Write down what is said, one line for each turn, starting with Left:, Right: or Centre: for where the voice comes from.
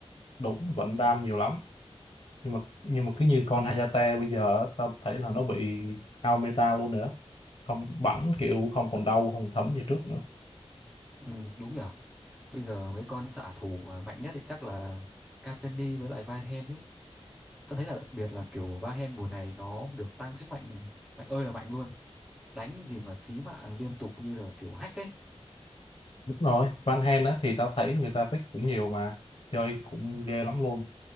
Left: đúng vẫn đam nhiều lắm nhưng mà nhưng mà cứ như con Hayate bây giờ á, tao thấy là nó bị out meta luôn nữa không bắn kiểu không còn đau không thấm như trước nữa
Centre: Ừ, đúng nhỉ? Bây giờ mấy con xạ thủ mà mạnh nhất thì chắc là Cavani với lại vahen ấy. Tôi thấy là đặc biệt là kiểu vahen mùa này nó được tăng sức mạnh mạnh ơi là mạnh luôn. Đánh gì mà chí mạng liên tục như là kiểu hack ấy.
Left: đúng rồi Van Hen á thì tao thấy người ta pick cũng nhiều mà chơi cũng ghê lắm luôn